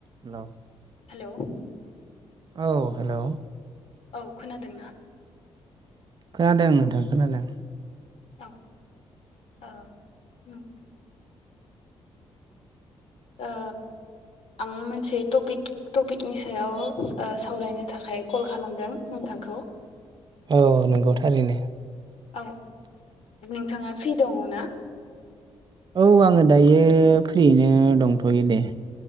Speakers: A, on the right (about 45°); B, on the left (about 65°).
A: Hello
B: hello.
A: औ hello.
B: औ खोनादोंना?
A: खोनादों नोंथां खोनादों।
B: औ ओ उम। ओ आं मोनसे टपिक टपिकनि सायाव ओ सावरायनो थाखाय कल खालामदों नोंथां। नोंखौ।
A: औ नंगौ थारैनो।
B: औ नोंथाङा फ्रि दङ ना?
A: औ आङो दायो फ्रियैनो दंथ'यो दे।